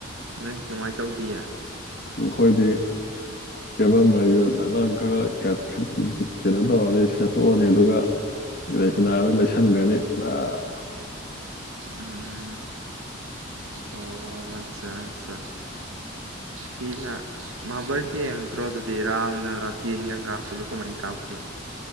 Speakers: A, on the right; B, on the left.
A: ꯅꯣꯏ ꯀꯃꯥꯏ ꯇꯧꯗꯤꯌꯦ
B: ꯑꯈꯣꯢꯗꯤ ꯀꯦꯕꯜ ꯃꯔꯤꯗꯣ ꯗꯛ ꯂꯥꯎꯅ ꯈꯔꯥ ꯈꯠ ꯈꯠ ꯆ ꯀꯩꯅꯣ ꯇꯧꯔꯅꯤ ꯁꯦꯠꯇꯣꯑꯅꯤ ꯑꯗꯨꯒ ꯂꯩꯆꯅꯗꯣ ꯂꯩꯁꯟꯒ꯭ꯔꯅꯤ ꯗꯛ
A: ꯎꯝ ꯑꯣ ꯑꯠꯆꯥ ꯑꯠꯆꯥ ꯊꯤꯅ ꯃꯍꯥꯚꯥꯔꯠꯀꯤ ꯑꯝ ꯀꯅꯣꯗꯨꯗꯤ ꯔꯥꯝꯅ ꯔ ꯇꯦꯟꯒ ꯀꯥꯞꯄꯗꯣ ꯀꯃꯥꯢ ꯀꯥꯞꯀꯦ